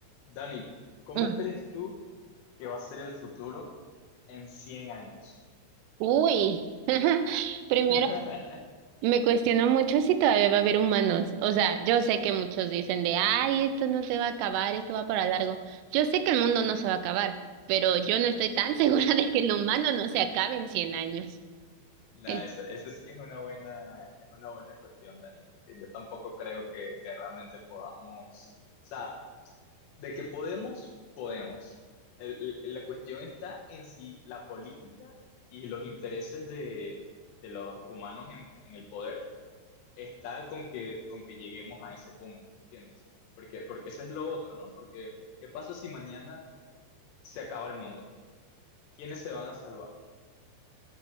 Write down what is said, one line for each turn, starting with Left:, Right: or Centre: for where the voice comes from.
Left: Dani, ¿cómo
Right: Mm,
Left: crees tú que va a ser el futuro en 100 años?
Right: Uy, <laughs>
Left: <laughs>
Right: primero me cuestiono mucho si todavía va a haber humanos. O sea, yo sé que muchos dicen de, ay, esto no se va a acabar, esto va para largo. Yo sé que el mundo no se va a acabar, pero yo no estoy tan <laughs> segura de que el humano no se acabe en 100 años.
Left: Nah,
Right: En-
Left: esa, esa sí es una buena, es una buena cuestión, Dani, porque yo tampoco creo que, que realmente podamos, o sea, de que podemos, podemos. El- el- la cuestión está en si la política y los intereses de, de los humanos en, en el poder está con que, con que lleguemos a ese punto, ¿entiendes? Porque, porque eso es lo otro, ¿no? Porque, ¿qué pasa si mañana se acaba el mundo? ¿Quiénes se van a salvar?